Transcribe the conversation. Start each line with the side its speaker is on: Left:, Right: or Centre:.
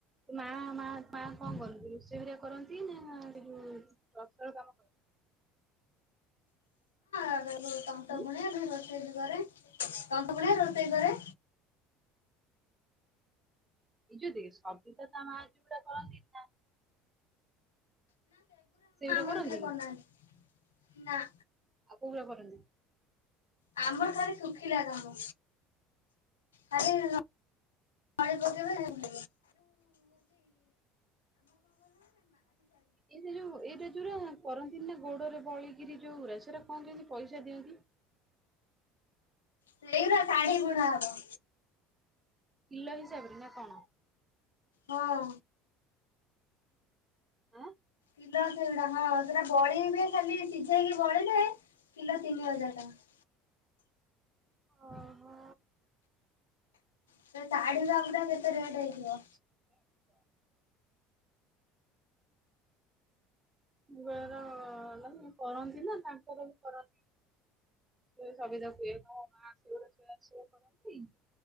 Right: ମା- ମା- ମା କଣ କରନ୍ତି ରୋଷେଇ ହେରିଆ କରନ୍ତି ନା ସେ ଯଉ <unintelligible> କାମ କରନ୍ତି।
Left: <unintelligible> ତନ୍ତ
Right: ଉଁ
Left: ବୁଣେ ରୋଷେଇ ବି କରେ ତନ୍ତ ବୁଣେ ରୋଷେଇ କରେ।
Right: ଏଇ ଯଉ ଦେ ସବିତା ତା ମାଁ ଯୋଉଗୁଡା କରନ୍ତି ନାଁ ସେଗୁରା
Left: ନାଁ ସେ
Right: କରନ୍ତି
Left: ଆଉ କରୁନାହାନ୍ତି
Right: କି
Left: ନା
Right: ଆଉ କୋଉଆ କରନ୍ତି।
Left: ଆମ ଠାରୁ ଶୁଖିଲା କାମ ଖାଲି ତଳେ ପକେଇବେ <unintelligible>
Right: ଇ-ଇ ଏଇ ଯୋଉ ଏଇରା ଯୋଉାରା କରନ୍ତି ନା ଗୋଡରେ ବଳିକିରି ଯୋଉ ଗୁରା ସେଟା କଣ କେମିତି ପଇସା ଦିଅନ୍ତି।
Left: ସେଇଗୁରା ଶାଢୀ ବୁଣା ହବ
Right: କିଲୋ ହିସାବରେ ନା କଣ?
Left: ହଁ।
Right: ଆଁ।
Left: କିଲୋ ସେଗୁଡ଼ାକ ହଁ ସେଟା ବଳିଇବେ ଖାଲି ସିଝେଇକି ବଳିଇଲେ କିଲୋ ତିନି ହଜାର ଟଙ୍କା
Right: ଅହୋ।
Left: ସେ ଶାଢୀ ଯବଟା କେତେ ରେଟ୍ ହେଇଥିବ।
Right: ଆଜ୍ଞା। <unintelligible> ର ମାନେ କରନ୍ତି ନା ତାଙ୍କର ବି କରନ୍ତି। ଏ ସବିତା କୁହେ ତ ମା ସିଏ ଗୋଟେ <unintelligible> ସିଏ କରନ୍ତି